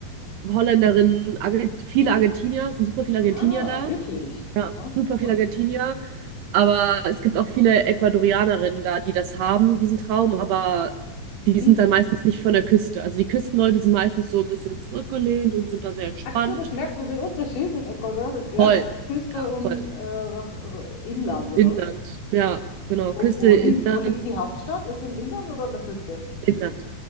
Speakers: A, on the right; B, on the left.
A: Holländerinnen, Argent viele Argentinier, es sind super viele Argentinier
B: Ah,
A: da,
B: wirklich. Aha,
A: super
B: aha.
A: viele Argentinier. Aber es gibt auch viele Ecuadorianerinnen da, die das haben, diesen Traum, aber
B: Mhm.
A: die sind dann meistens nicht von der Küste. Also die Küstenleute sind meistens so ein bisschen zurückgelehnt und sind da sehr entspannt.
B: Ach so, das merkt man den Unterschied in Ecuador, ja?
A: Voll,
B: Küste
A: ja,
B: und
A: voll.
B: äh, was, also Inland oder
A: Inland,
B: was?
A: ja, genau. Küste,
B: Wo, wo,
A: Inland,
B: li wo liegt die Hauptstadt? Ist im Inland oder an der Küste?
A: Inland,